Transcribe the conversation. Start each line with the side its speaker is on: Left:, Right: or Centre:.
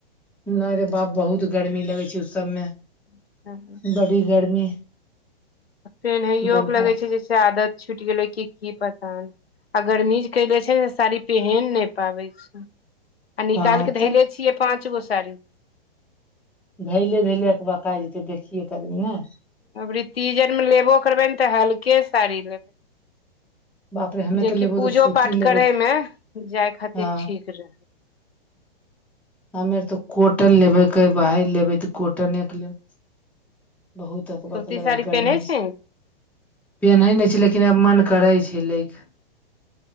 Centre: नै रे बाप बहुत गर्मी लगै छै ओ सब में
Left: <unintelligible>
Centre: बड़ी गर्मी
Left: पेनहैयो
Centre: बर्दाश्त
Left: कऽ लगै छै जैसे आदत छुट गेलै कि की पता नै आ गर्मी कै है छै ने साड़ी पेहेन नै पाबै छै आ निकाइल
Centre: हँ
Left: कऽ धैले
Centre: तऽ
Left: छियै पाँच गो साड़ी
Centre: धैले धैले एकबका जेतै देखियै केँ आदमी ने
Left: अबरी तीज आर मे लेबो करबै न तऽ हल्के साड़ी लेबे
Centre: बाप रे हमे
Left: जेकि
Centre: तऽ लेबो
Left: पूजो
Centre: तऽ सूती
Left: पाठ
Centre: लेबो
Left: करे में जय खातिर
Centre: हँ
Left: ठीक रहै
Centre: हमे तऽ कॉटन लेबै कह बाहर लेबै तऽ कॉटने केँ लेबै बहुत अकबक
Left: सूती
Centre: लगै
Left: साड़ी
Centre: है गर्मी
Left: पेन्है छै
Centre: से पेन्है नै छै लेकिन आब मन करै छै लै कऽ